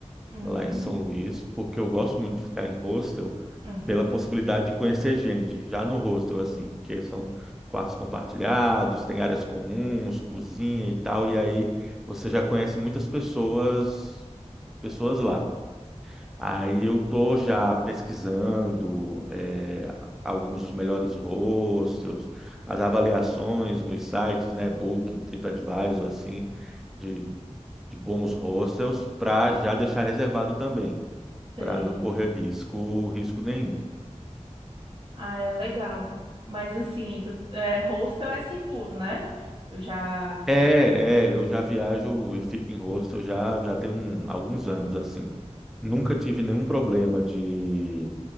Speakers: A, on the right (about 45°); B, in the centre.
A: Uhum,
B: lá em São Luís, porque eu gosto muito de ficar em hostel
A: uhum.
B: pela possibilidade de conhecer gente, já no hostel, assim, porque são quartos compartilhados, tem áreas comuns, cozinha e tal, e aí você já conhece muitas pessoas, pessoas lá. Aí eu tô já pesquisando é, alguns dos melhores hostels, as avaliações nos sites, né, Booking, TripAdvisor, assim, de, de bons hostels, para já deixar reservado também
A: Sei.
B: para não correr risco, risco nenhum.
A: Ah, é legal. Mas assim, tu, é, hostel é seguro, né? Eu já.
B: É, é, eu já viajo e fico em hostel já, já tem um- alguns anos, assim. Nunca tive nenhum problema de,